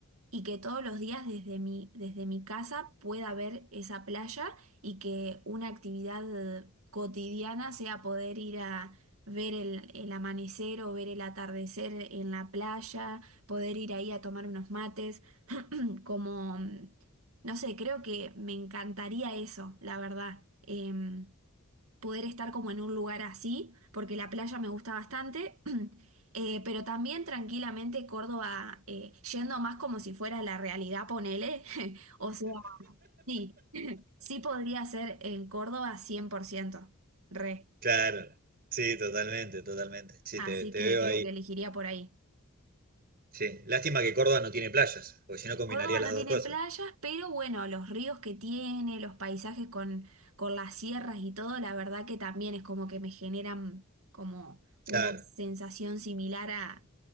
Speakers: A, on the right; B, on the right.
A: y que todos los días desde mi, desde mi casa pueda ver esa playa y que una actividad cotidiana sea poder ir a ver el, el amanecer o ver el atardecer en la playa, poder ir ahí a tomar unos mates, <clears throat> como, mm, no sé, creo que me encantaría eso, la verdad. Em, poder estar como en un lugar así, porque la playa me gusta bastante, <clears throat> eh, pero también tranquilamente Córdoba, eh, yendo más como si fuera la realidad, ponele, <laughs> o sea, sí, sí podría ser en Córdoba 100% re,
B: Claro. Sí, totalmente, totalmente. Sí,
A: así
B: te, te
A: que
B: veo
A: creo
B: ahí.
A: que elegiría por ahí.
B: Sí. Lástima que Córdoba no tiene playas, porque si no combinaría
A: Córdoba
B: las
A: no
B: dos
A: tiene
B: cosas.
A: playas, pero bueno, los ríos que tiene, los paisajes con, con las sierras y todo, la verdad que también es como que me generan como una
B: Claro.
A: sensación similar a,